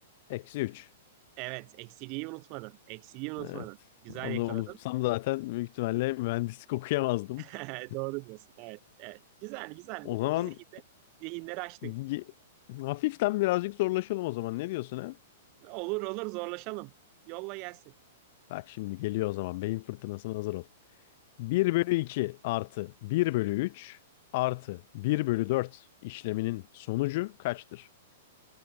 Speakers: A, on the left; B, on the right.
A: eksi 3.
B: Evet, eksiliği unutmadın. Eksiliği unutmadın.
A: Evet.
B: Güzel
A: Onu
B: yakaladın.
A: unutsam zaten büyük ihtimalle mühendislik okuyamazdım.
B: <laughs>
A: <laughs>
B: Doğru diyorsun. Evet, evet. Güzel, güzel.
A: O zaman
B: Zihinler zihinleri açtık.
A: ye- hafiften birazcık zorlaşalım o zaman. Ne diyorsun ha?
B: Olur olur zorlaşalım. Yolla gelsin.
A: Bak şimdi geliyor o zaman. Beyin fırtınasına hazır ol. Bir bölü 2 artı bir bölü 3 artı bir bölü 4 işleminin sonucu kaçtır?